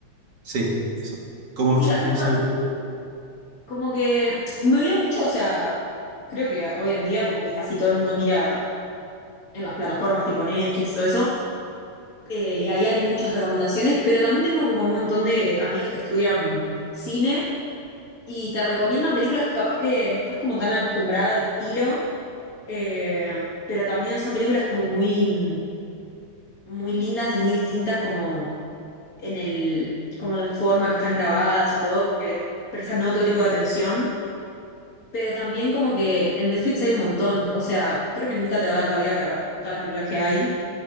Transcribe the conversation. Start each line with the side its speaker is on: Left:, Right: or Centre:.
Right: sí, eso. ¿Cómo,
Left: Sí, a
Right: cómo
Left: mí me pa-
Right: sabéis que
Left: como que me dio mucho, o sea, creo que hoy en día como que casi todo el mundo mira en las plataformas tipo Netflix, todo eso. eh, y ahí hay muchas recomendaciones, pero también tengo como un montón de amigas que estudian cine y te recomiendan películas que capaz que no estás como tan acostumbrada al estilo, eh, pero también son películas como muy, muy lindas y muy distintas como en el, como la forma que están grabadas y todo, como que le prestan otro tipo de atención, pero también como que en Netflix hay un montón, o sea, creo que nunca te va a dar la vida para ver todas las películas que hay